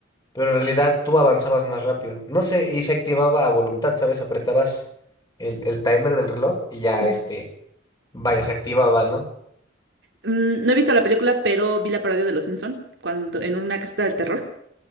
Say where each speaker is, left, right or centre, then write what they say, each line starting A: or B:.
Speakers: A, on the left (about 20°); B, on the right (about 65°).
A: pero en realidad tú avanzabas más rápido, no sé, y se activaba a voluntad, ¿sabes? Apretabas el, el timer del reloj y ya
B: Ujú.
A: este, vaya, se activaba, ¿no?
B: Mm, No he visto la película, pero vi la parodia de Los Simpson cuando en una caseta del terror.